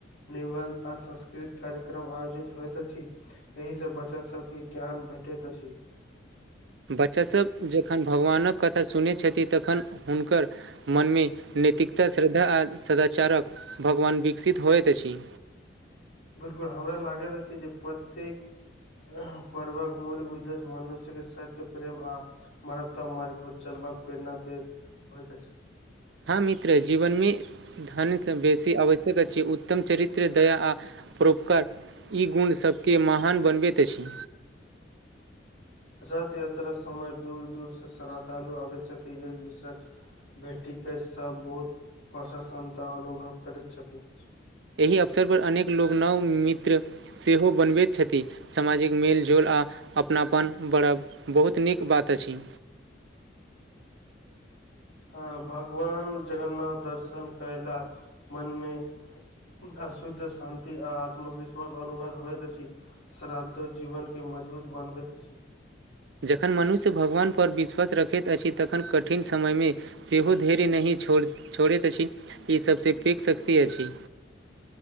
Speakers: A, on the left (about 80°); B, on the right (about 65°).
A: निबन्ध आ सांस्कृत कार्यक्रम आयोजित होइत अछि एहिसँ बच्चासभके ज्ञान भेटैत अछि
B: बच्चासभ जखन भगवानक कथा सुनैत छथिन तखन हुनकर मनमे नैतिकता श्रद्धा आ सदाचारक भगवान विकसित होइत अछि
A: बिलकुल हमरा लागैत अछि जे प्रत्येक पर्वक मूल उद्देश्य मनुष्यके सत्य प्रेम आ मानवता मार्ग पर चलबाक प्रेरणा देैत होइत अछि
B: हँ मित्र जीवनमे धनसँ बेसी आवश्यक अछि उत्तम चरित्र दया आ प्रोपकार ई गुण सबके महान बनबैत अछि
A: रथ यात्रा समय दूर दूर से श्रद्धालु आबै छथि एक दूसराक बेटी के सब बहुत प्रससन्नता अनुभव करैत छथिन
B: एहि अवसरपर अनेक लोक नव मित्र सेहो बनबैत छथि सामाजिक मेलजोल आ अपनापन बरब बहुत नीक बात अछि
A: हँ भगवान जगन्नाथ दर्शन करयलास मनमे अशुद्ध शान्ति आ आत्मविश्वास अनुभव होइत अछि श्राद्धो जीवन के मजबूत बनबैत अछि
B: जखन मनुष्य भगवानपर विश्वास रखैत अछि तखन कठिन समयमे सेहो धेर नहिो छोड़ैत अछि ईसभसँ पीक शक्ति अछि